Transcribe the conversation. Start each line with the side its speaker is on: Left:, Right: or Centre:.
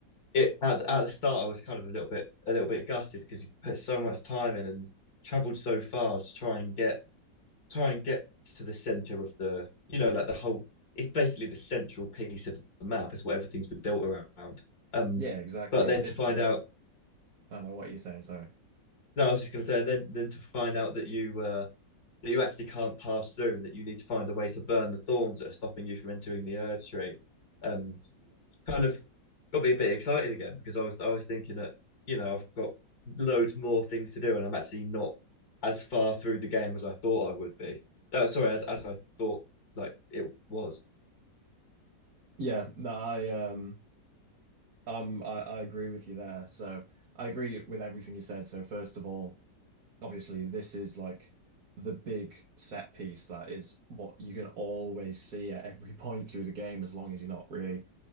Left: it at, at the start I was kind of a little bit a little bit gutted because you put so much time in and travelled so far to try and get try and get to the centre of the you know like the whole it's basically the central piece of the map It's what everything's been built around. Um,
Right: Yeah, exactly.
Left: but then
Right: It's it's
Left: to find
Right: the
Left: out
Right: I don't know what you're saying, sorry.
Left: no, I was just going to say then then to find out that you uh, that you actually can't pass through and that you need to find a way to burn the thorns that are stopping you from entering the Erd tree. Um, kind of got me a bit excited again because I was I was thinking that, you know, I've got loads more things to do and I'm actually not as far through the game as I thought I would be. No, sorry, as as I thought like it was.
Right: Yeah, no, I um I'm I, I agree with you there. So I agree with everything you said. So first of all, obviously this is like the big set piece that is what you can always see at every <laughs> point through the game as long as you're not really